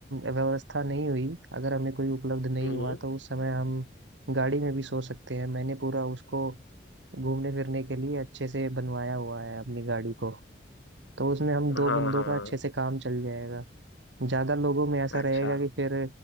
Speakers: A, on the right (about 75°); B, on the left (about 80°).
A: व्यवस्था नहीं हुई अगर हमें कोई उपलब्ध नहीं
B: हम्म
A: हुआ तो उस समय हम गाड़ी में भी सो सकते हैं मैंने पूरा उसको घूमने फिरने के लिए अच्छे से बनवाया हुआ है अपनी गाड़ी को तो उसमें हम
B: हाँ
A: दो बंदों
B: हाँ
A: का अच्छे से काम चल जाएगा ज्यादा लोगों में ऐसा
B: अच्छा
A: रहेगा कि फिर